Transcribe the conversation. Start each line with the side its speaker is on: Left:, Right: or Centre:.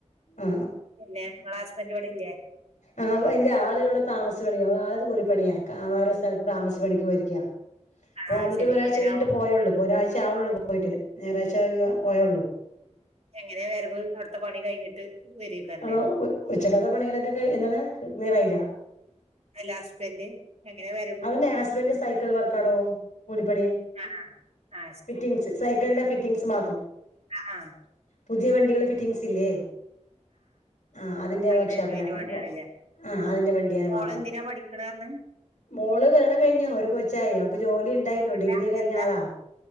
Left: ആ
Right: പിന്നെ ഇങ്ങളെ ഹസ്ബൻ്റ് ഇവിടെല്ലേ
Left: ആഹ് എന്റെ ആള് ഇവിടെ താമസിച്ച് <unintelligible> പണിയാ കാവാരെ സ്ഥലത്ത് താമസിച്ച് പണിക്ക് പോയിരിക്കാ ഇപ്പ
Right: ആ
Left: വന്നിട്ട്
Right: ശരി
Left: ഒരാഴ്ച്ച
Right: അങ്ങനെ
Left: കഴിഞ്ഞിട്ട്
Right: ആവും
Left: പോയോള്ളൂ ഒരാഴ് ചാവ്ണോള്ളൂ പോയിട്ട് ഞായറഴ്ച പോയേള്ളൂ
Right: എങ്ങനെ വരവ് അവിട്ത്തെ പണി കഴിഞ്ഞിട്ട് വരേക്കാരല്ലേ
Left: ആഹ് ഉ ഉച്ചക്കത്തെ പണികളൊക്കെ കഴിഞ്ഞു ഏന്താണ് ക്ലിയറായില്ല
Right: അല്ല ഹസ്ബൻ്റ് എങ്ങനെ വരവ്
Left: അവന്റെ ഹസ്ബൻ്റ് സൈക്കിൾ വർക്കാടോ കൂലിപ്പണി
Right: ആ ആ
Left: ഫിറ്റിംഗ്സ് സൈ ക്കിൾൻ്റെ ഫിറ്റിംഗ്സ് മാത്രം
Right: ആഹ് ആഹ്
Left: പുതിയ വണ്ടികള് ഫിറ്റിംഗ്സില്ലേ ആ അതിന്റെ
Right: അങ്ങനെ
Left: വർക്ക് ഷാപ്പിലാണ്
Right: അതിന്റെ പണിയാണല്ലേ
Left: അപ്പോ ആ അതിന്റെ വണ്ടിയാന്നേ
Right: മോള്
Left: മാത്രം
Right: എന്തിനാ പഠിക്കണർന്ന്
Left: ഓള് കല്യാണം കഴിഞ്ഞു ഒരു കൊച്ചായി അവൾക്ക് ജോലിയുണ്ടായിരുന്നു
Right: അല്ല
Left: ഡിഗ്രിക്കെ കഴിഞ്ഞ
Right: എന്താ
Left: ആളാ